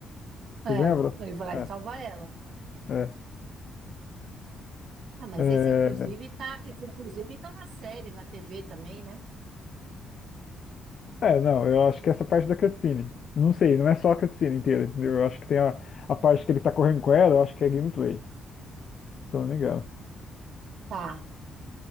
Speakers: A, on the left (about 55°); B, on the right (about 65°).
A: Você
B: É,
A: lembra?
B: ele vai lá
A: É,
B: e salva ela.
A: é,
B: Ah, mas
A: é,
B: esse inclusive tá, esse inclusive tá na série, na TV também, né?
A: é, não, eu acho que essa parte da cutscene. Não sei, não é só a cutscene inteira, entendeu? Eu acho que tem a, a parte que ele tá correndo com ela, eu acho que é gameplay, se eu não me engano.
B: Tá.